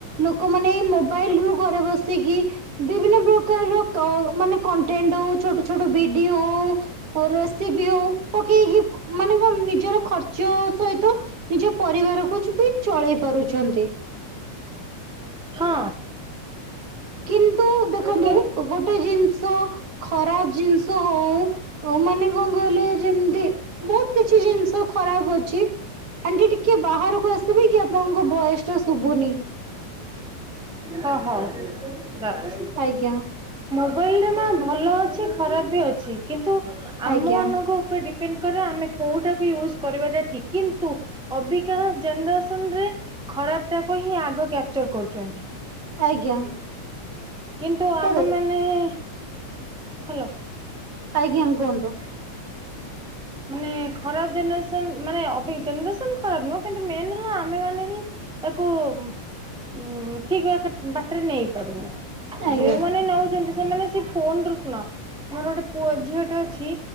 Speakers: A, on the right; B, in the centre.
A: ଲୋକମାନେ ଏଇ ମୋବାଇଲ ରୁ ଘରେ ବସିକି ବିଭିନ୍ନ ପ୍ରକାରର ମାନେ କ କଣ୍ଟେଣ୍ଟ ହଉ ଛୋଟ ଛୋଟ ଭିଡିଓ ହଉ ରେସିପି ହଉ ପକେଇକି ମାନେ କଣ ନିଜର ଖର୍ଚ୍ଚ ସହିତ ନିଜ ପରିବାରକୁ ବି ଚଳେଇ ପାରୁଛନ୍ତି।
B: ହଁ।
A: କିନ୍ତ ତୁ ଦେଖନ୍ତୁ
B: କି
A: ଗୋଟେ ଜିନିଷ ଖରାପ ଜିନିଷ ହଉ ଯୋଉ ମାନେ କଣ କହିଲେ ଯେମିତି ବହୁତ କିଛି ଜିନିଷ ଖରାପ ଅଛି ଆଣ୍ଟି ଟିକେ ବାହାରକୁ ଆସିବି କି ଆପଣଙ୍କ ଭଏସ ଟା ଶୁଭୁନି।
B: ହଁ ହଉ। ଯାଉଛି।
A: ଆଜ୍ଞା।
B: <unintelligible> ଭଲ ଅଛି ଖରାପ ବି ଅଛି କିନ୍ତୁ ଆମ
A: ଆଜ୍ଞା
B: ମାନଙ୍କ ଉପରେ ଡିପେଣ୍ଡ <unintelligible> ଆମେ କଉଟାକୁ ଇଉଜ୍ କରିବାଟା କି କିନ୍ତୁ ଅବିକା <unintelligible> <unintelligible> ଖରାପ ଟାକୁ ହିଁ ଆଗ କ୍ୟାପଚର କରୁଚନ୍ତି।
A: ଆଜ୍ଞା।
B: କିନ୍ତୁ ଆମ
A: ତ ଦେଖ
B: ମାନେ ହେଁ ହାଲୋ।
A: ଆଜ୍ଞା କୁହନ୍ତୁ।
B: ମାନେ ଖରାପ ଜିନଷ <unintelligible> ମାନେ <unintelligible> ଜେନେରେସନ ଖରାପ ନୁହଁ କିନ୍ତୁ ମେନ୍ ହେଲା ଆମେ ମାନେ ହିଁ ତାକୁ ଉ ଠିକ ବା ବାଟରେ ନେଇ ପାରୁନୁ
A: ଆଜ୍ଞା।
B: ଯୋଉମାନେ ନଉଛନ୍ତି। ସେମାନେ ସେ ଫୋନ ରୁ ଶୁଣ ମୋର ଗୋଟେ ପୁଅ ଝିଅଟେ ଅଛି